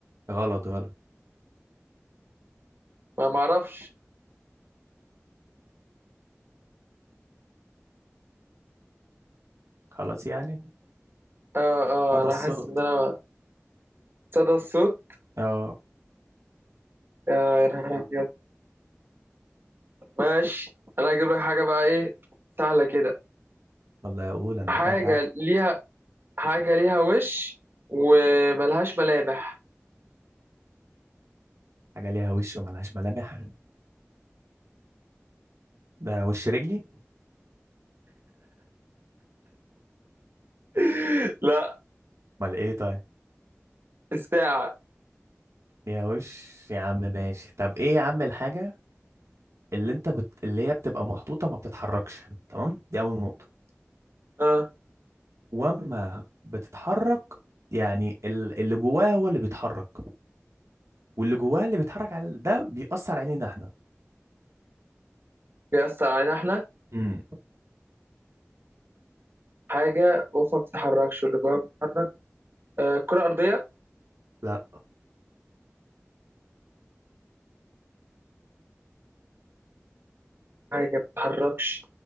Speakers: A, on the right (about 75°); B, on the right (about 50°).
A: غلط غلط
B: ما معرفش
A: خلاص يعني
B: اه اه
A: هذا
B: انا
A: الصوت
B: حاسس ان انا صدى الصوت
A: اه
B: آه يا نهار ابيض ماشي انا هجيب لك حاجه بقى ايه سهله كده
A: والله اقول انا
B: حاجه
A: معاك عادي
B: ليها حاجه ليها وش وملهاش ملامح
A: حاجة ليها وش وملهاش ملامح ده وش رجلي
B: <laughs> لا
A: امال ايه طيب
B: الساعه
A: ليها وش يا عم ماشي طب ايه يا عم الحاجة اللي انت بت... اللي هي بتبقى محطوطة ما بتتحركش تمام دي اول نقطة
B: اه
A: واما بتتحرك يعني ال- اللي جواها هو اللي بيتحرك واللي جواها اللي بيتحرك على ده بيأثر علينا احنا
B: بيأثر علينا احنا
A: امم
B: حاجه جوه ما بتتحركش واللي جواها بتتحرك آه كره ارضيه
A: لا
B: حاجه ما بتتحركش